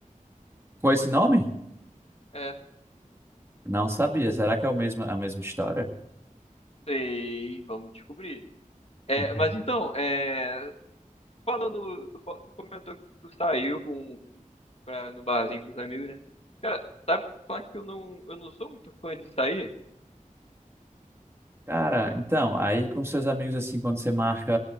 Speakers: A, on the right; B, on the left.
A: Com esse nome?
B: É.
A: Não sabia. Será que é o mesmo, a mesma história?
B: Sei. Vamos descobrir. É,
A: <laughs>
B: mas então, é. Falando. Tu, tu comentou que tu saiu com pra, no barzinho com os amigos, né? Cara, sabe falar que eu não, eu não sou muito fã de sair?
A: Cara, então, aí com seus amigos, assim, quando você marca